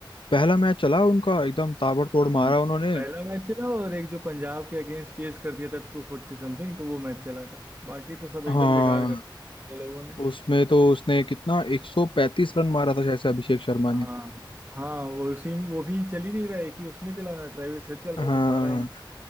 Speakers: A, on the left; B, on the right.
A: पहला मैच चला उनका एकदम ताबड़तोड़
B: हाँ
A: मारा उन्होंने
B: पहला मैच चला और एक जो पंजाब के अगेंस्ट चेस कर दिया था टू फोर्टी समथिंग तो वो मैच चला था बाकी तो सब एकदम
A: हाँ
B: बेकार कर दिया इन लोगों ने
A: उसमें तो उसने कितना 135 रन मारा था शायद से अभिषेक शर्मा ने
B: हाँ हाँ वो उसी वो भी चल ही नहीं रहा है कि उसमें चला ना ट्रेविस हेड चल रहा
A: हाँ
B: तो सारा इनका